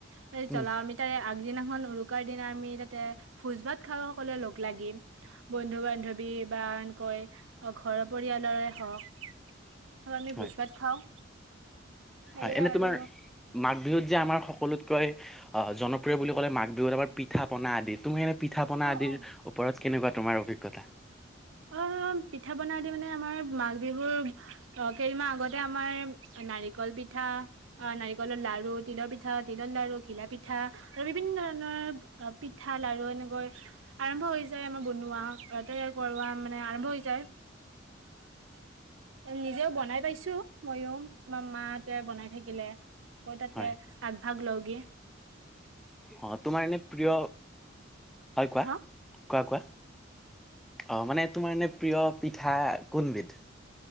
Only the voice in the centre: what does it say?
উম
হয়
হয় এনে
তোমাৰ মাঘ বিহুত। যে আমাৰ সকলোতকৈ অ জনপ্ৰিয় বুলি ক'লে মাঘ বিহুত আমাৰ পিঠা পনা আদি। তুমি এনে পিঠা পনা
আদিৰ
ওপৰত কেনেকুৱা তোমাৰ অভিজ্ঞতা।
হয়
অ তোমাৰ এনে প্ৰিয় হয় কোৱা
কোৱা কোৱা অ মানে তোমাৰ এনে প্ৰিয় পিঠা কোনবিধ?